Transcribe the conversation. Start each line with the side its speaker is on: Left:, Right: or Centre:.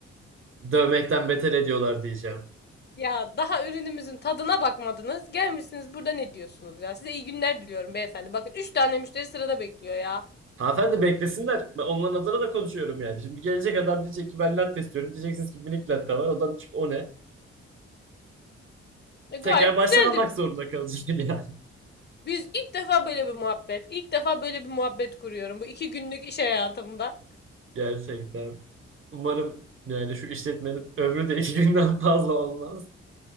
Right: Dövmekten beter ediyorlar diyeceğim.
Left: Ya daha ürünümüzün tadına bakmadınız. Gelmişsiniz burada ne diyorsunuz ya? Size iyi günler diliyorum beyefendi. Bakın 3 tane müşteri sırada bekliyor ya.
Right: Hanımefendi beklesinler. Ben onların adına da konuşuyorum yani. Şimdi gelecek adam diyecek ki ben latte istiyorum. Diyeceksiniz ki minik latte var. Adam diyecek o ne?
Left: E, gayet
Right: Tekrar baştan
Left: güzeldi.
Right: almak zorunda kalacak <laughs> yani.
Left: Biz ilk defa böyle bir muhabbet. ilk defa böyle bir muhabbet kuruyorum bu iki günlük iş hayatımda.
Right: Gerçekten. Umarım yani şu işletmenin ömrü de iki günden fazla olmaz.